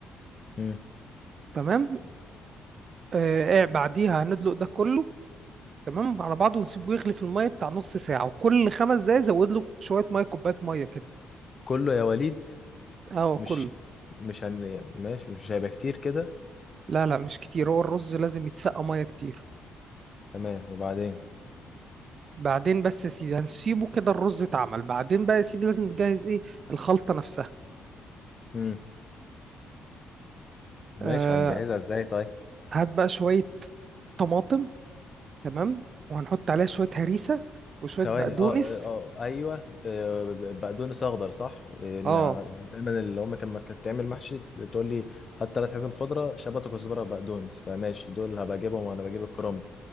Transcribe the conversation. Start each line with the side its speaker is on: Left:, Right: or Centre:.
Left: مم.
Right: تمام آه بعديها هندلق ده كله تمام على بعضه ونسيبه يغلي في الميه بتاع نص ساعه وكل خمس دقايق زود له شويه ميه كوبايه ميه كده
Left: كله يا وليد
Right: اه
Left: مش
Right: كله
Left: مش هن ماشي مش هيبقى كتير كده
Right: لا لا مش كتير هو الرز لازم يتسقى ميه كتير
Left: تمام وبعدين
Right: بعدين بس يا سيدي هنسيبه كده الرز اتعمل بعدين بقى يا سيدي لازم تجهز ايه الخلطه نفسها
Left: مم. ماشي
Right: آه
Left: هنجهزها ازاي طيب
Right: هات بقى شويه طماطم تمام وهنحط عليها شويه هريسه وشويه
Left: ثواني
Right: بقدونس
Left: اه اه آه، ايوه آه، بقدونس اخضر صح آه، اللي
Right: اه
Left: ع- دايما اللي امي كان- لما كانت تعمل محشي تقول لي هات ثلاث حزم خضره شبت وكزبره وبقدونس فماشي دول هبقى اجيبهم وانا بجيب الكرنب